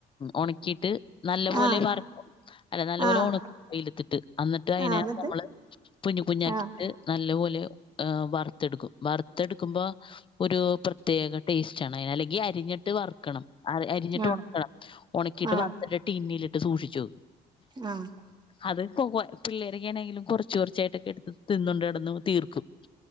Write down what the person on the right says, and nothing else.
ആഹ്
ആഹ്
ആഹ് എന്നിട്ട്
ആഹ്
ആഹ്
ആഹ്
ആഹ്